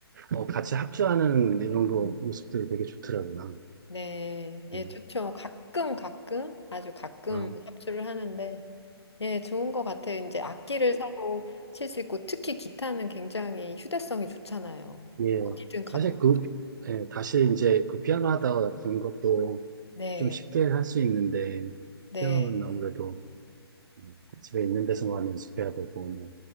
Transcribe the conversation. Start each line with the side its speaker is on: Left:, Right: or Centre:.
Right: 어, 같이 합주하는 이런 거 모습들이 되게 좋더라고요.
Left: 네, 예,
Right: 음.
Left: 좋죠. 가끔 가끔 아주 가끔
Right: 아,
Left: 합주를 하는데 예, 좋은 것 같아요. 이제 악기를 사고 칠 수 있고 특히 기타는 굉장히 휴대성이 좋잖아요.
Right: 예.
Left: 어디든 갖고.
Right: 사실 그, 예, 다시 이제 그 피아노 하다 된 것도
Left: 네,
Right: 좀 쉽게 할 수 있는데,
Left: 네,
Right: 피아노는 아무래도 음, 집에 있는 데서만 연습해야 되고, 뭐,